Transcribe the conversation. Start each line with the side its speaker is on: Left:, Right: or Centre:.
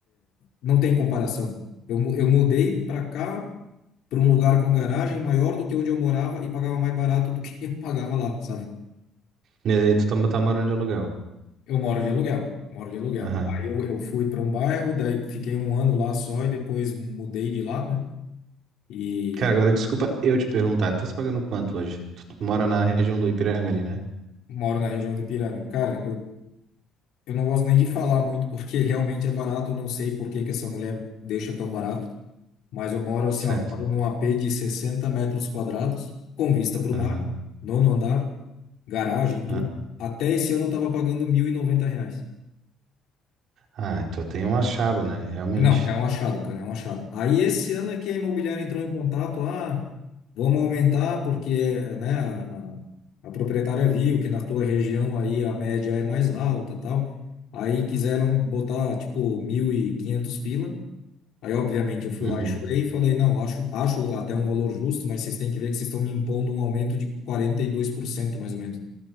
Left: Não tem comparação. Eu, mu- eu mudei para cá, para um lugar com garagem maior do que onde eu morava e pagava mais barato do que <laughs> eu pagava lá, sabe?
Right: E aí tu tá, tá morando de aluguel.
Left: Eu moro de aluguel, moro de aluguel.
Right: Aham.
Left: Aí eu, eu fui para um bairro, daí fiquei um ano lá só e depois mudei de lá, né? E
Right: Cara, agora desculpa eu te perguntar. Tá se pagando quanto hoje? Tu mora na região do Ipiranga ali, né?
Left: moro na região do Ipiranga. Cara, eu, eu não gosto nem de falar muito porque realmente é barato, eu não sei por que que essa mulher deixa tão barato, mas eu moro assim,
Right: Certo.
Left: ó, moro num AP de 60 metros quadrados, com vista para o
Right: Aham.
Left: mar, nono andar, garagem, tudo.
Right: Ah,
Left: Até esse ano eu estava pagando 1.090 reais.
Right: ah, tu tem um achado, né? Realmente.
Left: Não, é um achado, cara, é um achado. Aí esse ano é que a imobiliária entrou em contato, ah, vamos aumentar porque, né, a, a, a proprietária viu que na tua região aí a média é mais alta, tal. Aí quiseram botar, tipo, 1.500 pila. Aí, obviamente, eu fui
Right: Uhum.
Left: lá e chorei e falei, não, acho, acho até um valor justo, mas vocês têm que ver que vocês estão me impondo um aumento de 42% mais ou menos,